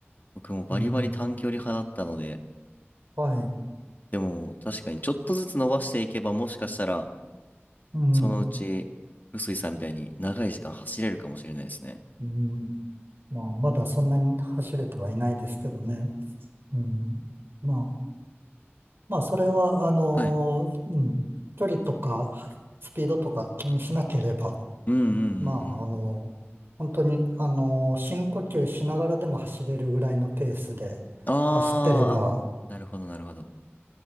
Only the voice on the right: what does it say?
うん。はい。
うん。
うん。まあ、まだそんなに走れてはいないですけどね。うん。まあ、まあ、それは、あのーうん。
距離とか、はスピードとか気にしなければ、
まあ、あの、本当に、あの、深呼吸しながらでも走れるぐらいのペースで走ってれば、